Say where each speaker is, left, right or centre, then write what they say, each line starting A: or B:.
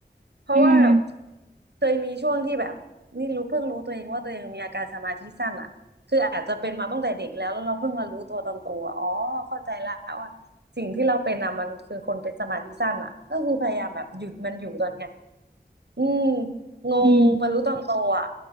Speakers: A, on the right (about 70°); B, on the right (about 45°).
A: เพราะว่า
B: อืม
A: เคยมีช่วงที่แบบนี่รู้เพิ่งรู้ตัวเองว่าตัวเองมีอาการสมาธิสั้นอ่ะคืออาจจะเป็นมาตั้งแต่เด็กแล้วแล้วเราเพิ่งมารู้ตัวตอนโตอะอ๋อเข้าใจแล้วว่า สิ่งที่เราเป็นอ่ะมันคือคนเป็นสมาธิสั้นอ่ะก็คือพยายามแบบหยุดมันอยู่ตอนเนี้ยอืมงงมารู้ตอนโตอ่ะ
B: อืม